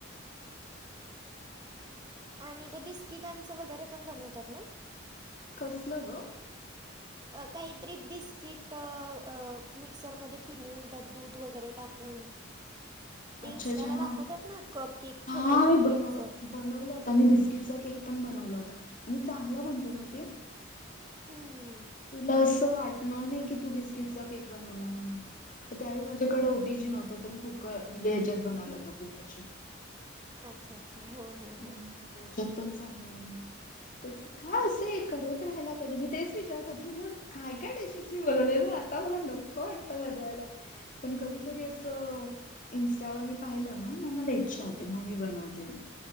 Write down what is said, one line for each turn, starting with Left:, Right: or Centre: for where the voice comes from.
Right: आणि ते बिस्किटांचं वगैरे पण बनवतात ना?
Left: कसलं ग?
Right: अ काहीतरी बिस्किट अ अ मिक्सरमध्ये फिरवून त्यात दूध वगैरे टाकून ते
Left: अच्छा
Right: इन्स्टाला
Left: अच्छा ह,
Right: दाखवतात ना कप केक
Left: हा
Right: छोटं चॉकलेटचं
Left: मी बनव बनवला होता मी, बिस्किटचा केक पण बनवला होता, आणि चांगला बनतो माहितीये.
Right: <unintelligible>
Left: तुला असं वाटणार नाही की, तू बिस्किटचा केक बनवलाय म्हणून. तर त्यावेळी माझ्याकडे ओटी जी नव्हतं तर मी कुक म्हणजे ह्याच्यात बनवलं होता कुकर
Right: अच्छा अच्छा, हो हो
Left: हं,
Right: हो.
Left: त्याच्यात पण चांगला होता ब तर का असे करत राहायला पाहिजे मी तेच विचार करत काय काय डिशेस मी बनवले आता मला नको वाटतं बनवायला. पण कधीतरी असं इंस्टावर मी पाहिलं ना मग मला ये इच्छा
Right: हम्म.
Left: होते मुव्ही बनवते मी,